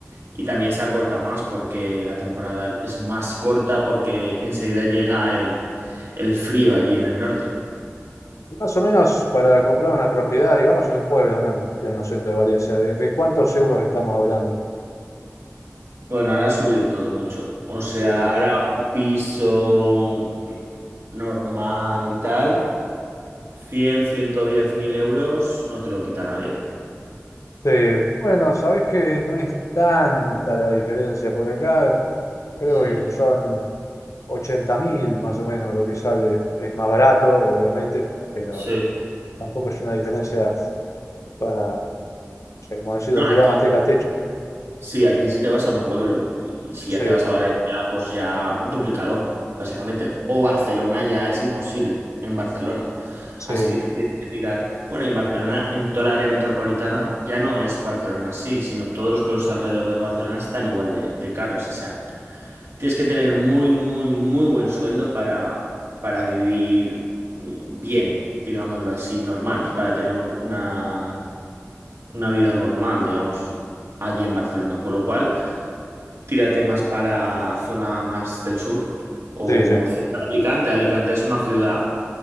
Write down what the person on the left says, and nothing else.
Y más o menos para comprar una propiedad, digamos, en un pueblo, ¿no? En el pleno centro de Valencia, ¿de, de cuántos euros estamos hablando?
Sí, sí.
Eh, bueno, sabés que no es tanta la diferencia, porque acá creo
que son ochenta mil más o menos lo que sale. Es más barato, obviamente, pero
tampoco es una diferencia para, o sea, como decirlo,
tirar
manteca al techo.
Sí,
sí,
sí,
no.
Sí, sí,